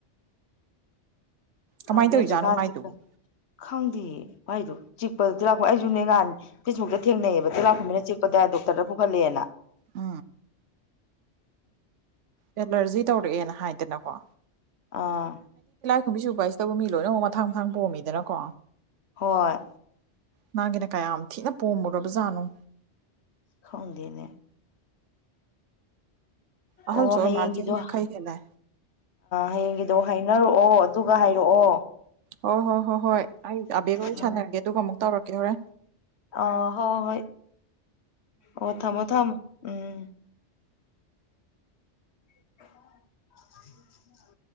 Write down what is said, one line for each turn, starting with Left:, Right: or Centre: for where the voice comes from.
Right: ꯀꯃꯥꯏꯅ
Left: ꯈꯪꯗꯦ
Right: ꯇꯧꯔꯤꯖꯥꯠꯅꯣ
Left: ꯍꯧꯖꯤꯛꯀꯥꯟꯛ
Right: ꯃꯥꯏꯗꯨꯕꯨ
Left: ꯈꯪꯗꯦ ꯏꯗꯣ ꯆꯤꯛꯄꯗꯗꯤ ꯂꯥꯛꯄ ꯑꯩꯁꯨꯅꯦ ꯉꯥꯅꯤ ꯐꯦꯁꯕꯨꯛꯇ ꯊꯦꯡꯅꯩꯌꯦꯕ ꯇ ꯂꯥꯛꯄꯨꯃꯤꯅ ꯆꯦꯛꯛꯄꯗ ꯗꯣꯛꯇꯔꯗ ꯄꯨꯈꯠꯂꯦꯅ
Right: ꯑ ꯑꯦꯂꯔꯖꯤ ꯇꯧꯔꯛꯑꯦꯅ ꯍꯥꯏꯗꯅꯀꯣ
Left: ꯑꯥ
Right: ꯐꯨꯝꯕꯤ ꯁꯨꯄꯥꯏꯁꯤ ꯇꯕꯨ ꯃꯤ ꯂꯣꯏꯅꯃꯛꯨꯛ ꯃꯊꯥꯡ ꯃꯊꯥꯡ ꯄꯣꯝꯃꯤꯗꯅꯀꯣ
Left: ꯍꯣꯏ
Right: ꯅꯪꯒꯤꯅ ꯀꯌꯥꯝ ꯊꯤꯅ ꯄꯣꯝꯃꯨꯔꯕꯖꯥꯠꯅꯣ
Left: ꯈꯥꯎꯗꯅꯦ
Right: ꯑꯍꯜꯁꯨ
Left: ꯑꯣ
Right: ꯑꯣꯏꯔ
Left: ꯍꯌꯦꯡꯒꯤꯗꯣ
Right: ꯃꯥꯜꯂꯦ ꯆꯍꯤ ꯌꯥꯡꯈꯩ
Left: ꯑ
Right: ꯍꯦꯜꯂꯦ
Left: ꯍꯌꯦꯡꯗꯣ ꯍ ꯈꯅꯔꯛꯑꯣ ꯑꯗꯨꯒ ꯍꯥꯏꯔꯛꯑꯣ
Right: ꯍꯣꯏ ꯍꯣꯏ ꯍꯣ ꯍꯣꯏ ꯑꯩ ꯑꯕꯦꯒ ꯋꯥꯔꯤ ꯑꯣꯏꯅ
Left: ꯎꯝ
Right: ꯁꯥꯟꯅꯔꯒꯦ ꯑꯗꯨꯒ ꯑꯃꯨꯛ ꯇꯧꯔꯛꯀꯦ ꯍꯣꯔꯦ
Left: ꯑꯥ ꯍꯣꯏ ꯍꯣꯏ ꯑꯣ ꯊꯝꯃꯣ ꯊꯝꯃꯣ ꯎꯝ <inaudible>